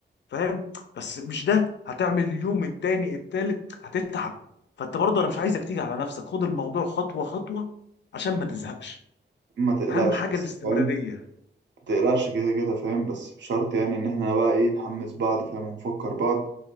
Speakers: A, on the left; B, on the right.
A: فاهم بس مش ده هتعمل اليوم التاني التالت هتتعب فانت برضه انا مش عايزك تيجي على نفسك خد الموضوع خطوه خطوه عشان ما تزهقش
B: ما تقلقش
A: اهم حاجه
B: بس
A: الاستمراريه
B: فاهم ما تقلقش كده كده فاهم بس بشرط يعني ان احنا بقى ايه نحمس بعض فاهم ونفكر بعض